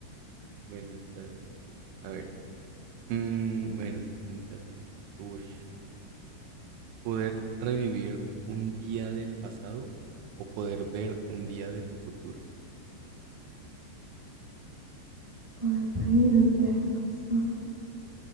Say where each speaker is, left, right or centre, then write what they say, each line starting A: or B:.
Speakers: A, on the right (about 80°); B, on the right (about 35°).
A: Bueno, está bien. A ver. mm, bueno, sí, tienes razón. Ush. Poder revivir un día del pasado o poder ver un día de tu futuro.
B: Poder reír un día al pasado